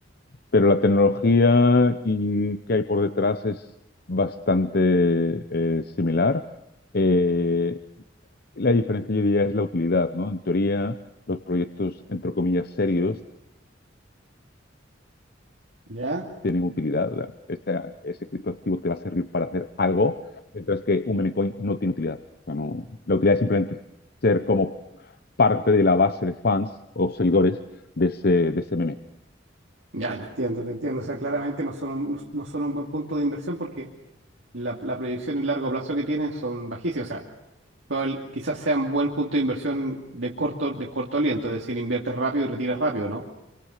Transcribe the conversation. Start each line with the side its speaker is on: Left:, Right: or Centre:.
Left: pero la tecnología y que hay por detrás es bastante eh, similar. Eh, la diferencia, yo diría, es la utilidad, ¿no? En teoría, los proyectos, entre comillas, serios
Right: ¿ya?
Left: tienen utilidad. ¿verdad? Esa- ese criptoactivo te va a servir para hacer algo, mientras que un meme coin no tiene utilidad. O sea, no- la utilidad es simplemente ser como parte de la base de fans o seguidores de ese, de ese meme.
Right: Ya, te entiendo, te entiendo. O sea, claramente no son un, no, no son un buen punto de inversión porque la, la proyección en largo plazo que tienen son bajísimas. O sea, probable- quizás sean buen punto de inversión de corto, de corto aliento, es decir, inviertes rápido y retiras rápido, ¿no?